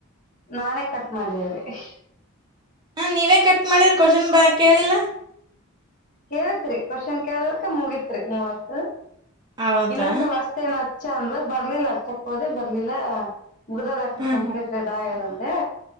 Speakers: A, on the left; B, on the right.
A: ನಾನೇ ಕಟ್ ಮಾಡಿದ್ದೇನೆ ರೀ
B: ಹಾ ನೀವೇ ಕಟ್ ಮಾಡಿದ್ರ ಕ್ವಶನ್ ಬಾಳ ಕೇಳಿಲ್ಲ
A: ಕೇಳ್ತ್ರಿ ಕೋಶನ್ ಕೆಲಕ ಮುಗಿತ್ರಿ ಮೂವತ್
B: ಹೌದಾ
A: ಇನ್ನೊಂದ್ ಸಲ ಅಸ್ತ್ ಏನ ಚಂದ್ರ ಬರ್ಲಿಲ್ಲ ಅಚ್ಚಕೊದೆ ಬರ್ಲಿಲ್ಲ ಮುಗ್ದದಾದ ಅಕ್ಕ
B: ಹ್ಮ್
A: ಕಂಪ್ಲೀಟೆಡ್
B: ಹ್ಮ್
A: ಆಗೆದ ಲೇ